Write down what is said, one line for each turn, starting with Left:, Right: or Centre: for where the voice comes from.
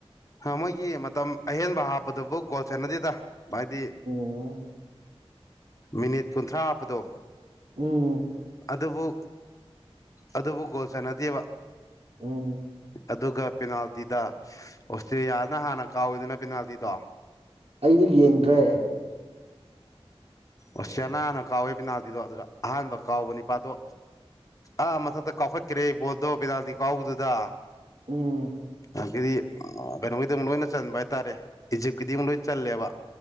Left: ꯃꯣꯏꯒꯤ ꯃꯇꯝ ꯑꯍꯦꯟꯕ ꯍꯥꯞꯄꯗꯕꯨ ꯒꯣꯁꯦꯟꯅꯗꯦꯗ ꯍꯥꯏꯗꯤ
Right: ꯎꯝ
Left: ꯃꯤꯅꯤꯠ ꯀꯨꯟꯊ꯭ꯔꯥ ꯍꯥꯞꯄꯗꯣ
Right: ꯎꯝ
Left: ꯑꯗꯨꯕꯨ ꯑꯗꯨꯕꯨ ꯒꯣꯁꯅꯗꯤꯕ
Right: ꯎꯝ
Left: ꯑꯗꯨꯒ ꯄꯦꯅꯥꯜꯇꯤꯗ ꯑꯣꯁꯇ꯭ꯔꯦꯂꯤꯌꯥꯅ ꯍꯥꯟꯅ ꯀꯥꯎꯋꯤꯗꯅ ꯄꯦꯅꯥꯜꯇꯤꯗꯣ
Right: ꯑꯩꯗꯨ ꯌꯦꯡꯗ꯭ꯔꯦ
Left: ꯑꯣꯅꯅ
Right: ꯎꯝ
Left: ꯀꯋꯥ ꯄꯅꯥ ꯗꯣ ꯑꯗꯨꯗ ꯑꯍꯥꯟꯕ ꯀꯥꯎꯕ ꯅꯤꯄꯥꯗꯣ ꯑꯥ ꯃꯊꯛꯇ ꯀꯥꯎꯈꯠꯀꯦ ꯕꯣꯗꯧ ꯄꯦꯅꯥꯗꯤ ꯀꯥꯎꯕꯗꯨꯗ
Right: ꯎꯝ
Left: ꯑꯗꯒꯤꯗꯤ ꯀꯩꯅꯣꯒꯤꯗꯤ ꯑꯃꯨꯛ ꯂꯣꯏꯅ ꯆꯟꯕ ꯍꯥꯏꯇꯥꯔꯦ ꯏꯖꯤꯞꯀꯤꯗꯤ ꯑꯃꯨꯛ ꯂꯣꯏ ꯆꯜꯂꯦꯕ